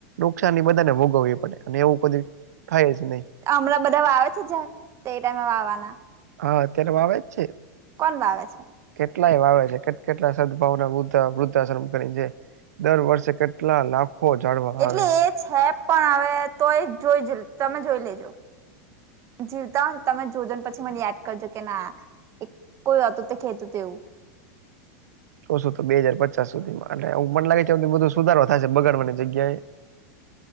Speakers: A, on the right; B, on the right.
A: નુકસાન બધા ને ભોગવવી પડે અને એવું કોઈ થાય જ નહી
B: હમણાં બધા વાવે છે ઝાડ તે એ ટાઈમે વાવા ના
A: હા અત્યારે વાવે જ છે.
B: કોણ વાવે છે?
A: કેટલા એ વાવે છે કે કેટલા સદ્દભાવના વ્રુર્ધાસમ્ કરીને છે. દર વર્ષે કેટલા લાખો ઝાડ વાવે
B: એટલે
A: છે.
B: એ છે પણ હવે તો એ જોઈ તમે જોઈ લેજો. જીવતા હો ને તમે જોજો ને પછી મને યાદ કરજો કે ના કોઈ હતું તે કેતુતુ તે એવું.
A: <unintelligible> તો બે હજાર પચાસ સુધીમાં એને હું મને પણ લાગે છે કે બધું સુધારવા થશે બગાડવાની જગ્યાએ